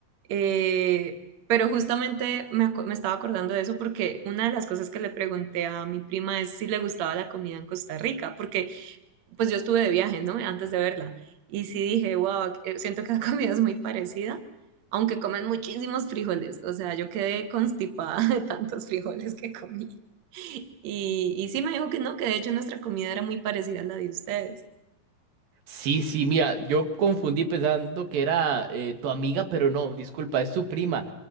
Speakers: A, on the right; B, on the right.
A: Eh, pero justamente me, aco- me estaba acordando de eso porque una de las cosas que le pregunté a mi prima es si le gustaba la comida en Costa Rica, porque pues yo estuve de viaje, ¿no? Antes de verla. Y sí dije, wow, siento que la comida es muy parecida, aunque comen muchísimos frijoles. O sea, yo quedé constipada <laughs> de tantos frijoles que comí. Y, y sí me dijo que no, que de hecho nuestra comida era muy parecida a la de ustedes.
B: Sí, sí, mira, yo confundí pensando que era eh, tu amiga, pero no, disculpa, es tu prima.